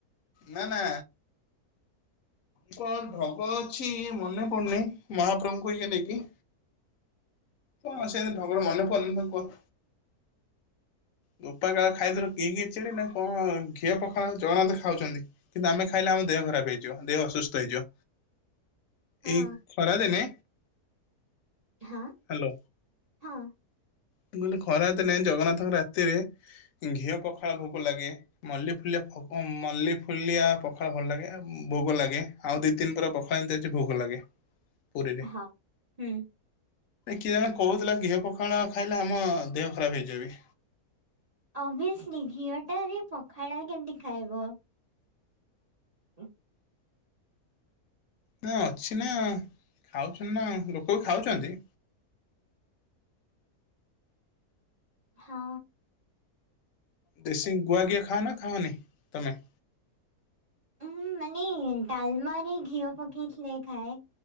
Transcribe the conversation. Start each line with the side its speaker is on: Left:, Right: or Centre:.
Left: ନା ନା। କଣ ଢଗ ଅଛି ମନେ ପଡୁନି, ମହାପ୍ରଭୁଙ୍କ ଇଏ ନେଇକି କଣ ସେ ଢଗର ମନେ ପଡୁନି, ମୁଁ ତାକୁ କଲ୍ ବୋପାକାଳେ ଖାଇଥିଲୁ କିରି ଖିଚିଡି, ନା କଣ ଘିଅ ପଖାଳ ଜଗନ୍ନାଥ ଖାଉଚନ୍ତି। କିନ୍ତୁ ଆମେ ଖାଇଲେ ଆମ ଦେହ ଖରାପ ହେଇଯିବ, ଦେହ ଅସୁସ୍ଥ ହେଇଯିବ।
Right: ହଁ
Left: ଏଇ ଖରାଦିନେ
Right: ହଁ
Left: ହାଲୋ,
Right: ହଁ
Left: ମୁଁ କହିଲି ଖରା ଦିନେ ଜଗନ୍ନାଥଙ୍କର ରା ରାତିରେ ଘିଅ ପଖାଳ ଭୋଗ ଲାଗେ। ମଲ୍ଲି ଫୁଲିଆ ଭୋଗ ମଲ୍ଲି ଫୁଲିଆ ପଖାଳ ଭଲ ଲାଗେ ଆଉ ଭୋଗ ଲାଗେ। ଆଉ ଦି ତିନି ପୁରା ପଖାଳ ଏମିତି ଅଛି ଭୋଗ ଲାଗେ, ପୁରୀରେ।
Right: ହଁ ହୁଁ
Left: କିଏ ଜଣେ କହୁଥିଲା, ଘିଅ ପଖାଳ ଖାଇଲେ ଆମ ଦେହ ଖରାପ ହେଇଯାଏ ବି।
Right: ଅବିଅସ୍ଲି୍ ଘିଅଟାରେ ପଖାଳ କେମିତି ଖାଇବ? <unintelligible>
Left: ନା ଅଛି ନା, ଖାଉଚନ୍ତି ନା, ଲୋକ ଖାଉଚନ୍ତି।
Right: ହଁ।
Left: ଦେଶୀ ଗୁଆ ଘିଅ ଖାଅ ନା, ଖାଅନି ତମେ?
Right: ମୁଁ ମାନେ ଡାଲମାରେ ଘିଅ ପକେଇଥିଲେ ଖାଏ,